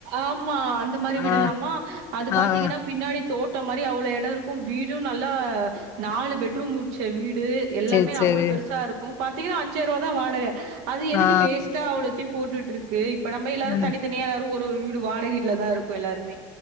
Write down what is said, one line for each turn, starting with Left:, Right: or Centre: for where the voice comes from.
Right: ஆமா அந்த மாரி விடலாமா
Left: ஆ
Right: அது
Left: ஆ ஆ
Right: பாத்தீங்கன்னா பின்னாடி தோட்டோ மாரி அவ்ளோ எடோருக்கும் வீடு நல்லா நாலு பெட்ரூம் வச்ச வீடு எல்லாமே
Left: சேரி சேரி
Right: அவ்ளோ பெருசாருக்கு பாத்தீங்னா அஞ்சாயிரூவா தா வாடக அது எதுக்கு
Left: ஆ
Right: வேஸ் ட்டா அவ்ளத்தையு போட்டுட்ருக்கு இப்ப நம்ப எல்லாரு
Left: ம்
Right: தனித்தனியா எல்லாரு ஒரொரு வீடு வாடக வீட்ல தா இருக்கோ எல்லாருமே